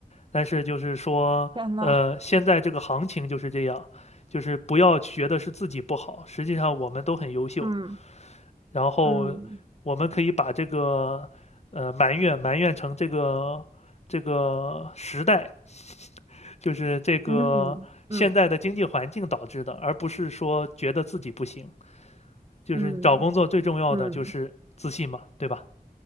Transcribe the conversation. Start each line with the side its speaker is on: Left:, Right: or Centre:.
Left: 但是就是说，
Right: 天呐，
Left: 呃，现在这个行情就是这样，就是不要觉得是自己不好，实际上我们都很优秀，
Right: 嗯
Left: 然后我们可以把这个呃埋怨埋怨成这个这个时代，
Right: 嗯
Left: 就是这个现在的经济环境导致的，
Right: 嗯嗯嗯
Left: 而不是说觉得自己不行。就是找工作最重要的就是自信嘛，
Right: 嗯嗯。
Left: 对吧？